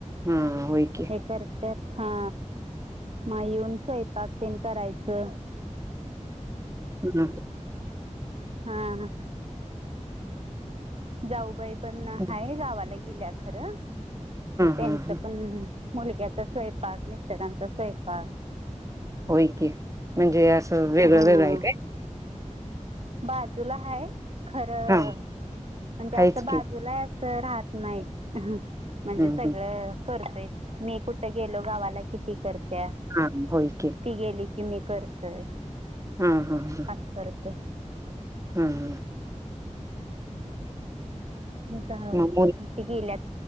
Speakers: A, on the right (about 25°); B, on the right (about 50°).
A: हम्म होय की.
B: करत हा मग येऊन स्वयंपाक पण करायचं,
A: हम्म
B: हं.... जाऊबाई पण
A: हा
B: हाय गावाला गेल्या खरं, मग त्यांच
A: हा ह
B: पण मुलग्याचा स्वयंपाक मिस्टरांचा स्वयंपाक.
A: होय की म्हणजे असं वेगळं
B: हां
A: वेगळं आहे काय.
B: बाजूला हाय खरं
A: हा
B: म्हणजे
A: हाच
B: असं बाजूला
A: की
B: अस. राहत नाही म्हणजे
A: हम्म
B: सगळं.
A: हम्म
B: करतोय मी कुठं गेलो गावाला कि ती करत्या.
A: हा होय की.
B: ती गेली की मी करतोय.
A: हम्म हम्म
B: आज करतय...
A: हम्म हम्म
B: जा
A: मग
B: ते गेल्यात